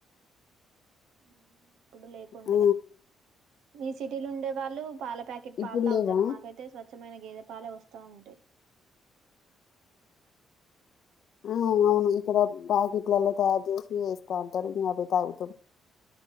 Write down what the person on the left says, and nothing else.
ఆ
ఇప్పుడు
లేవా
ఆ అవును ఇక్కడ బ్యాకెట్లలో తయారు చేసి వేస్తా ఉంటారు ఇం అభే తాగుతం